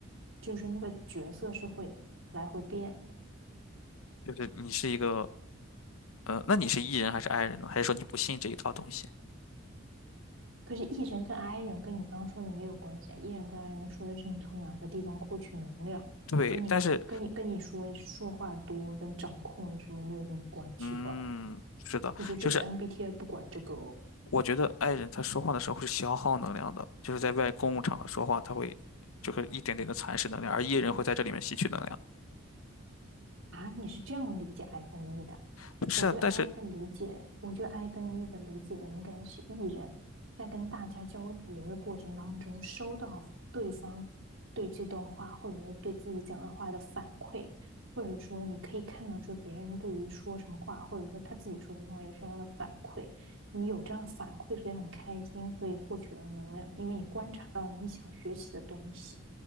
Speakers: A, on the right; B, on the left.
A: 就是那个角色是会来回变的。
B: 就是你是一个，呃，那你是 E 人还是 I 人呢？还是说你不信这一套东西？
A: 可是 E 人跟 I 人跟你刚说的没有关系啊，E 人跟 I 人说的是你从哪个地方获取能量，
B: 对，
A: 跟你跟你跟你说说话多跟掌控什么没有什么关系吧？
B: 但是，嗯，是的，
A: 我觉得这个
B: 就是
A: MBTI 不管这个哦。
B: 我觉得 I 人他说话的时候会消耗能量的，就是在外公共场合说话，他会就是一点点的蚕食能量，而 E 人会在这里面吸取能量。
A: 啊，你是这样理解 I 跟 E 的啊？
B: 不是啊，
A: 我对 I
B: 但是，
A: 的理解，我对 I 跟 E 的理解应该是 E 人在跟大家交流的过程当中，收到对方对这段话或者是对自己讲的话的反馈，或者说你可以看到说别人对于说什么话，或者说他自己说什么话有什么样的反馈，你有这样的反馈，所以很开心，所以获取了能量，因为你观察到你想学习的东西，